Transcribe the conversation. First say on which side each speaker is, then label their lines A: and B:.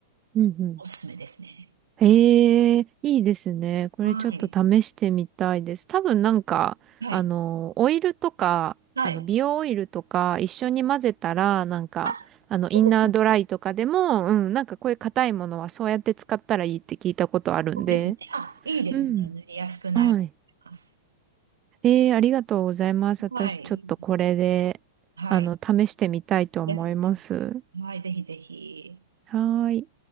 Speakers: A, on the right; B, on the right.
A: うんうん。
B: おすすめですね。
A: へえ、いいですね。これちょっと試してみたいです。
B: はい。
A: 多分なんか、
B: はい。
A: あの、オイルとか、
B: はい。
A: あの、美容オイルとか一緒に混ぜたら、なんか、
B: あ、
A: あの、
B: そうですね。
A: インナードライとかでも、うん、なんかこういう硬いものはそうやって使ったらいいって聞いたことあるんで。
B: そうですね。あ、いいですね。
A: うん。
B: 塗りやすくなると思います。
A: はい。えー、ありがとうございます。私ちょっとこれで、
B: はい。はい。
A: あの、試してみたいと思います。
B: ですね。はい。ぜひぜひ。
A: はーい。